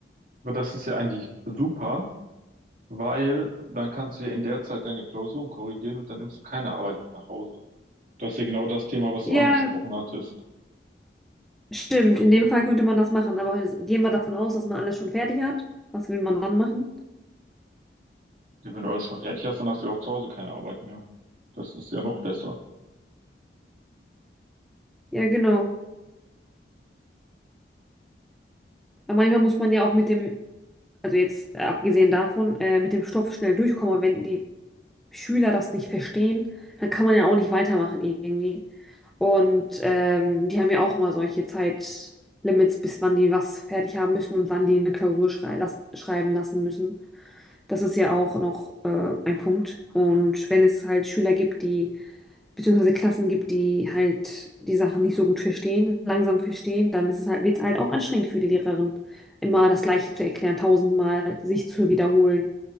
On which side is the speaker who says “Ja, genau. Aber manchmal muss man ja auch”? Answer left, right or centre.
Centre